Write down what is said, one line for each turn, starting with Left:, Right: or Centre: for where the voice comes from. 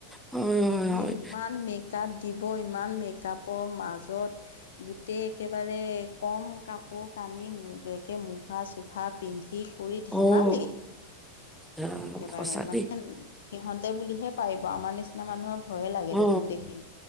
Centre: হয় হয় হয়
Left: ইমান মেকআপ দিব, ইমান মেকআপৰ মা দত গোটেই একেবাৰে কম কাপোৰ কানি মূ একে মুখা চু জোখা পিন্ধি কৰি ধেমালি।
Centre: অ আহ
Left: একেবাৰে
Centre: সঁচা
Left: মানে
Centre: দেই
Left: সিহঁতে বুলিহে পাৰিব আমাৰ নিচি চিনা মানুহৰ ভয়ে লাগে
Centre: অ
Left: দেখোন দেখিল,